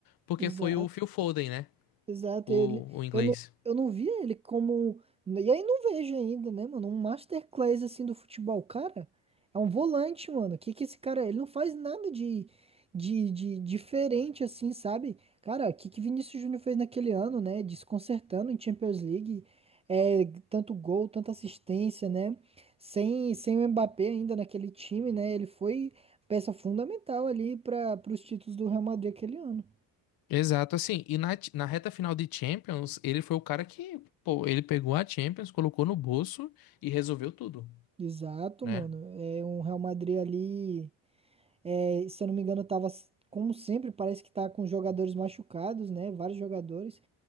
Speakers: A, on the left (about 55°); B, on the right (about 15°).
A: porque
B: Exato.
A: foi o Phil Foden, né?
B: Exato,
A: O,
B: ele,
A: o inglês.
B: eu não, eu não via ele como, um, e aí não vejo ainda, né, mano, um masterclass assim do futebol, cara, é um volante, mano, que que esse cara, é? ele não faz nada de, de, de diferente assim, sabe, cara, o que que Vinícius Júnior fez naquele ano, né, desconcertando em Champions League, é, tanto gol, tanta assistência, né, sem, sem o Mbappé ainda naquele time, né, ele foi peça fundamental ali para os títulos do Real Madrid aquele ano.
A: Exato, assim, e na, na reta final de Champions, ele foi o cara que, pô, ele pegou a Champions, colocou no bolso e resolveu tudo,
B: Exato,
A: né?
B: mano. É um Real Madrid ali, é, se eu não me engano, tava, s- como sempre, parece que tá com jogadores machucados, né? Vários jogadores.